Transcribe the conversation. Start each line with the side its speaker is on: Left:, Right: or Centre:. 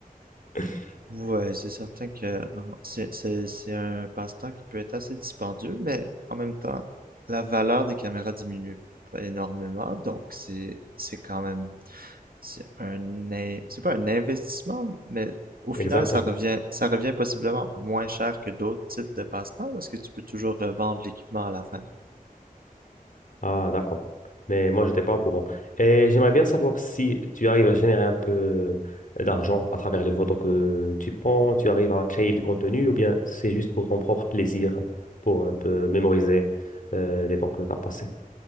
Left: <laughs>
Right: Ouais, c'est certain que c'est c'est- c'est un passe-temps qui peut être assez dispendieux, mais en même temps, la valeur des caméras diminue pas énormément, donc c'est c'est quand même c'est un in- c'est pas un investissement, mais au final,
Left: Exactement.
Right: ça revient ça revient possiblement moins cher que d'autres types de passe-temps parce que tu peux toujours revendre l'équipement à la fin.
Left: Ah, d'accord. Mais moi, je n'étais pas au courant. Et j'aimerais bien savoir si tu arrives à générer un peu d'argent à travers les photos que tu prends, tu arrives à créer du contenu ou bien c'est juste pour ton propre plaisir, pour un peu mémoriser euh, les temps que tu as passés.